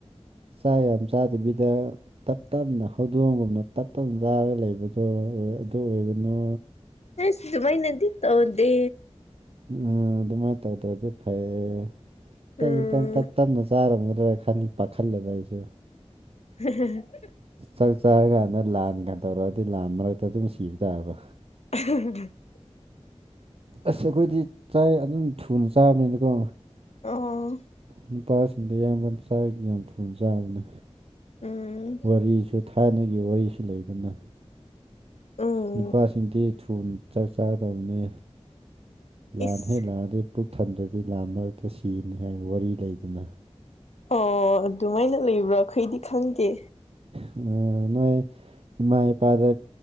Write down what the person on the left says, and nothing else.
ꯑꯦꯁ ꯑꯗꯨꯃꯥꯏꯅꯗꯤ ꯇꯧꯗꯦ
ꯎꯝ
ꯎ <unintelligible>
<unintelligible>
ꯑꯣ
ꯎꯝ
ꯎꯝ
ꯏꯁ
ꯑꯣ ꯑꯗꯨꯃꯥꯏꯅ ꯎꯏꯕꯔ ꯑꯩꯈꯣꯏꯘꯤ ꯈꯪꯗꯦ